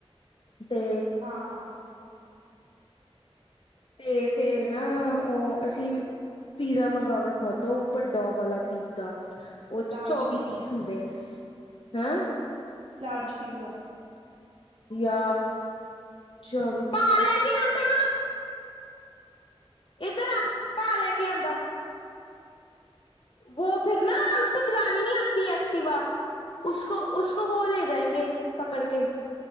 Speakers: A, on the left; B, on the right.
A: ਤੇ
B: ਹਾਂ
A: ਤੇ ਫੇਰ ਨਾ ਉਹ ਅਸੀਂ ਪੀਜ਼ਾ ਮੰਗਵਾ ਕੇ ਖਾਧਾ ਉਹ ਵੱਡਾ ਵਾਲਾ ਪੀਜ਼ਾ ਉਹ
B: ਲਾਰਜ
A: ਚ ਚੌਵੀ
B: ਪੀਜ਼ਾ
A: ਪੀਸ ਹੁੰਦੇ ਐ ਹੈਂ
B: ਲਾਰਜ ਪੀਜ਼ਾ।
A: ਜਾ ਚੌਵੀ ਭਾ ਲੈ ਕੇ ਆਂਦਾ ਇੱਧਰ ਆ ਭਾ ਲੈ ਕੇ ਆਂਦਾ। ਵੋ ਫਿਰ ਨਾ ਉਸਕੌ ਚਲਾਨੀ ਨਹੀਂ ਆਤੀ ਐਕਟਿਵਾ ਉਸਕੋ-ਉਸਕੋ ਵੋ ਲੇ ਜਾਏਗੇੇ ਪਕੜ ਕੇ